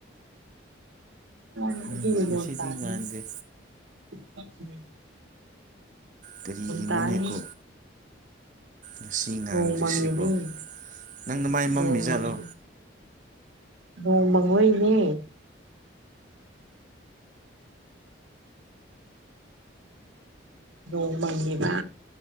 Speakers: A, on the right; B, on the right.
A: ꯍꯥ
B: ꯎꯝ ꯉꯁꯤꯗꯤ ꯉꯥꯟꯗꯦ ꯀꯔꯤꯒꯤꯅꯣꯅꯦꯀꯣ
A: ꯇꯥꯅꯤ
B: ꯉꯁꯤ ꯉꯥꯟꯗ꯭ꯔꯤꯁꯤꯕꯣ
A: ꯅꯣꯡ ꯃꯥꯉꯦ ꯑꯗꯨꯒꯅꯤ
B: ꯅꯪ ꯅꯃꯥꯏ ꯃꯝꯃꯤꯖꯥꯠꯂꯣ
A: ꯅꯣꯡ ꯃꯪ ꯅꯣꯡ ꯃꯪꯕꯩꯅꯦ ꯅꯣꯡ ꯃꯪꯏꯕꯥ